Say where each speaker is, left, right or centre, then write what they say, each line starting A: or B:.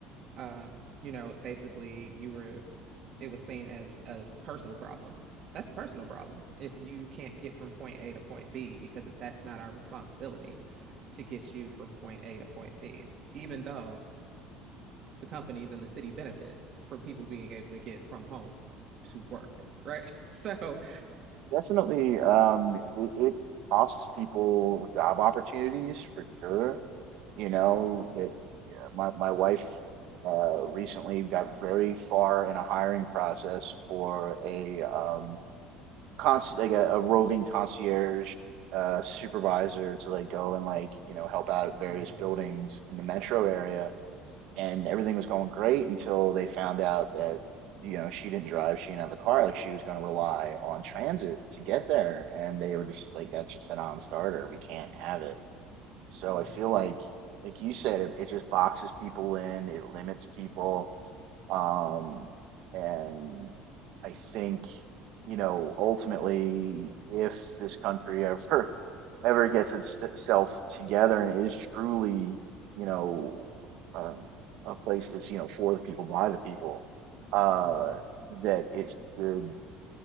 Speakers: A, on the right; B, on the right.
A: um, you know, basically you were it was seen as a personal problem. That's a personal problem if you can't get from point A to point B, because that's not our responsibility to get you from point A to point B, even though the companies and the city benefits from people being able to get from home to work, <laughs> right? So,
B: Definitely, um, it, it costs people job opportunities for sure. You know, that yeah, my my wife uh recently got very far in a hiring process for a um cons like a, a roving concierge uh supervisor to like go and like, you know, help out at various
A: mm hmm
B: buildings in the metro area and everything was going great until they found out that you know she didn't drive she didn't have a car like she was going to rely on transit to get there and they were just like that's just a non-starter we can't have it so
A: mm
B: i feel
A: hmm
B: like like you said it, it just boxes people in it limits people um and i think you know, ultimately, if this country <laughs> ever ever gets itself together and is truly, you know, um, a place that's you know for the people by the people, uh,
A: mm hmm
B: that it should.